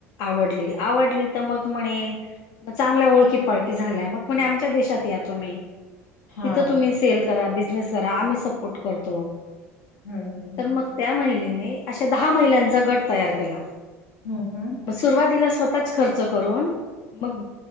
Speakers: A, on the left; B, on the left.
A: आवडली आवडली तर मग म्हणे चांगल्या ओळखी पाळखी झाल्या मग म्हणे आमच्या देशात <unintelligible> तुम्ही
B: हा
A: तिथं तुम्ही सेल करा बिझनेस करा आम्ही सपोर्ट करतो
B: हम्म हम्म
A: तर मग
B: हम्म
A: त्या महिलेने अशा दहा महिलांचा गट तयार केला
B: हम्म हम्म
A: मग सुरुवातीला स्वतः आच खर्च करून मग